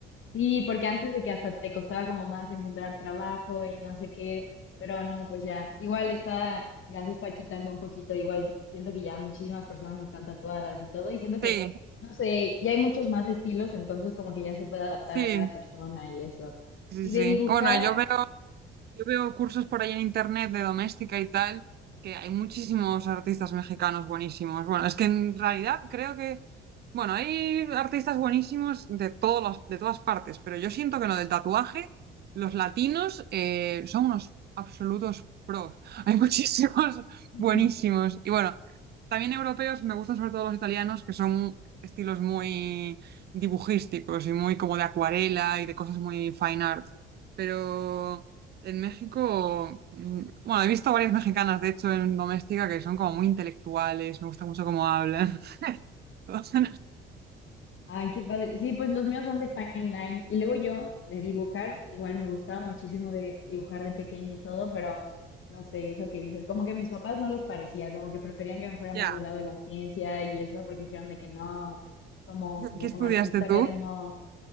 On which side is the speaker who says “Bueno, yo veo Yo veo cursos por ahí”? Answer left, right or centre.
Right